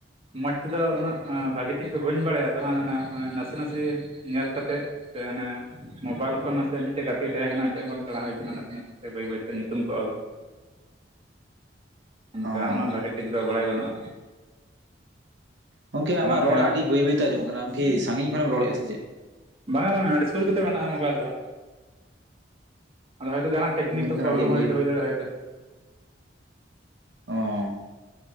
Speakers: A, on the right; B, on the right.
A: ᱢᱚᱸᱡᱽ ᱛᱮᱫᱚ ᱩᱱᱟᱹᱜ ᱵᱷᱟᱹᱜᱤ ᱴᱷᱤᱠ ᱫᱚ ᱵᱟᱹᱧ ᱵᱟᱲᱟᱭᱟ ᱟᱫᱚ ᱦᱟᱸᱜ ᱚᱱᱟ ᱱᱟᱥᱮ ᱱᱟᱥᱮ ᱧᱮᱞ ᱠᱟᱛᱮᱜ ᱥᱮ ᱚᱱᱮ ᱱᱳᱫᱟ ᱞᱮᱠᱟ ᱱᱟᱥᱮ ᱟᱜ ᱢᱤᱫ ᱴᱮᱡ ᱜᱟᱛᱮ ᱛᱟᱦᱮᱸ ᱠᱟᱱᱟ ᱢᱤᱫ ᱴᱟᱹᱱ ᱜᱟᱱ ᱥᱮᱬᱟ ᱦᱩᱭ ᱟᱠᱟᱱᱟ ᱱᱟᱜ ᱱᱟᱥᱮ ᱱᱟᱥᱮ ᱵᱟᱹᱭ ᱵᱟᱹᱭ ᱛᱮ ᱧᱮᱯᱮᱞ ᱠᱚ ᱟ ᱵᱩ ᱚᱱᱠᱟ
B: ᱚ
A: ᱩᱱᱟᱹᱜ ᱵᱷᱟᱜᱤ ᱴᱷᱤᱠ ᱫᱚ ᱵᱟᱲᱟᱭ ᱵᱟᱹᱱᱩᱜᱼᱟ
B: ᱜᱚᱝᱠᱮ ᱟᱢᱟᱜ
A: ᱜᱮ
B: ᱨᱚᱲ
A: ᱦᱟᱸᱜ
B: ᱟᱹᱰᱤ ᱵᱟᱹᱭ ᱵᱟᱹᱭ ᱛᱮ ᱟᱸᱢᱚᱢᱚᱜ ᱠᱟᱱᱟ ᱟᱢ ᱠᱤ ᱥᱟᱺᱜᱤᱧ ᱠᱷᱚᱱᱮᱢ ᱨᱚᱲ ᱮᱫᱼᱟ ᱥᱮ ᱪᱮᱫ
A: ᱵᱟᱝᱟ ᱵᱟᱝᱟ ᱟᱹᱰᱤ ᱥᱩᱨ ᱜᱮ ᱛᱚ ᱢᱮᱱᱟᱜᱼᱟ ᱢᱳᱵᱟᱭᱤᱞ ᱫᱚ ᱟᱫᱚ ᱦᱚᱭ ᱛᱚ ᱡᱟᱦᱟᱱᱟᱜ ᱴᱮᱠᱱᱤᱠᱮᱞ
B: ᱢᱮᱱᱠᱷᱟᱱ
A: ᱯᱨᱚᱵᱮᱞᱮᱢ
B: ᱟᱹᱰᱤ ᱵᱟᱹᱭ
A: ᱦᱳᱭᱛᱚ ᱦᱩᱭ ᱫᱟᱲᱮᱭᱟᱜ-ᱟ
B: ᱚ